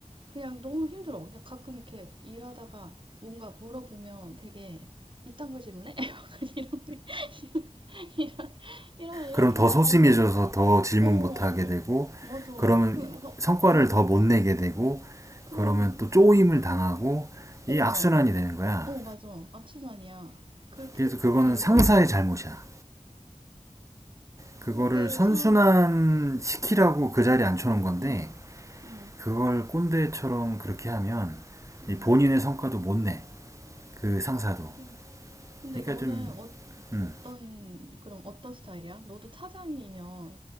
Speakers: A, on the right; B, on the right.
A: 그냥 너무 힘들어. 그냥 가끔 이렇게 일하다가 뭔가 물어보면 되게, 이딴 걸 질문해? <laughs> 약간 이런, 게- <laughs> 이런, 이런, 이렇게
B: 그럼 더
A: 약간
B: 소심해져서
A: 사,
B: 더 질문
A: 어,
B: 못하게 되고,
A: 맞아.
B: 그러면
A: 그, 어,
B: 성과를
A: 어,
B: 더 못 내게 되고,
A: 그럼,
B: 그러면 또 쪼임을
A: 그리고,
B: 당하고,
A: 어,
B: 이 악순환이 되는 거야.
A: 어, 맞아. 악순환이야. 그렇게
B: 그래서 그거는
A: 되고,
B: 상사의 잘못이야. 그거를
A: 그게
B: 선순환
A: 참,
B: 시키라고 그 자리에 앉혀놓은 건데
A: 응 응
B: 그걸 꼰대처럼 그렇게 하면
A: 응
B: 본인의 성과도 못 내. 그 상사도.
A: 그- 근데
B: 그러니까
A: 너는
B: 좀
A: 어,
B: 음.
A: 어떤, 그럼 어떤 스타일이야? 너도 차장이면